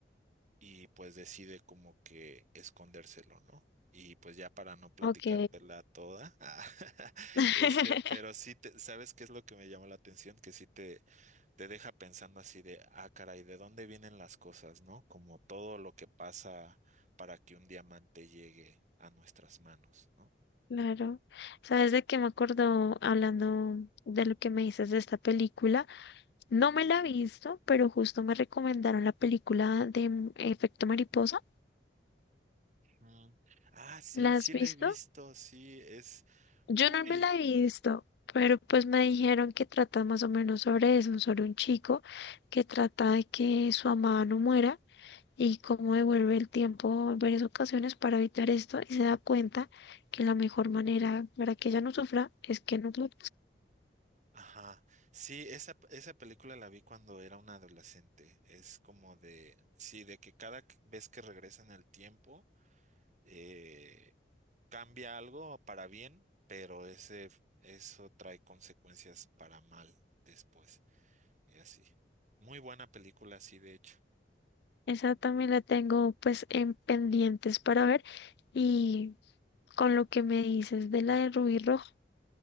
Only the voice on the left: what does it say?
Ok.
<laughs>
Claro, sabes de qué me acordó hablando de lo que me dices de esta película. No me la he visto, pero justo me recomendaron la película de mm, Efecto Mariposa.
¿La
has visto?
Yo
no me la he visto, pero pues me dijeron que trata más o menos sobre eso, sobre un chico que trata de que su amada no muera y cómo devuelve el tiempo en varias ocasiones para evitar esto y se da cuenta que la mejor manera para que ella no sufra es que no lo
Esa también la tengo pues en pendientes para ver y con lo que me dices de la de Rubí Rojo,